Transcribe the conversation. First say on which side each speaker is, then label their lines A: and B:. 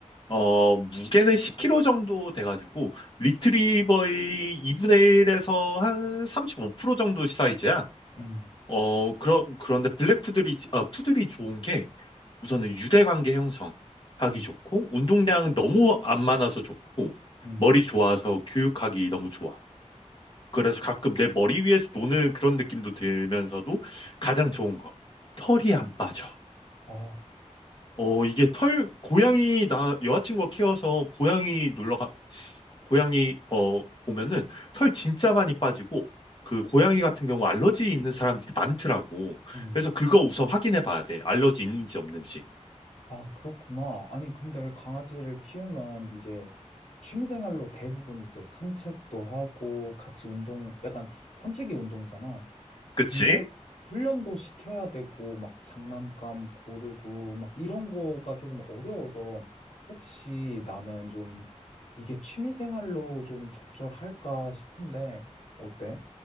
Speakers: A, on the left (about 45°); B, on the left (about 75°).
A: 어, 무게는 10kg 정도 돼가지고 리트리버의 2분의 1에서 한 35% 정도 사이즈야.
B: 음,
A: 어, 그러, 그런데 블랙푸들이, 지- 아, 푸들이 좋은 게 우선은 유대관계 형성하기
B: 음,
A: 좋고 운동량 너무 안 많아서 좋고
B: 음.
A: 머리 좋아서 교육하기 너무 좋아. 그래서 가끔 내 머리 위에서 노는 그런 느낌도 들면서도 가장 좋은 거. 털이 안 빠져.
B: 아,
A: 어, 이게 털, 고양이, 나 여자친구가 키워서 고양이 놀러 가, 고양이, 어, 오면은 털 진짜 많이 빠지고 그 고양이 같은 경우 알러지 있는 사람들이 많더라고.
B: 음.
A: 그래서 그거 우선 확인해 봐야 돼. 알러지 있는지 없는지.
B: 아, 그렇구나. 아니, 근데 강아지를 키우면 이제 취미생활로 대부분 이제 산책도 하고 같이 운동, 약간 산책이 운동이잖아.
A: 그치?
B: 근데 훈련도 시켜야 되고 막 장난감 고르고 막 이런 거가 조금 어려워서 혹시 나는 좀 이게 취미생활로 좀 적절할까 싶은데 어때?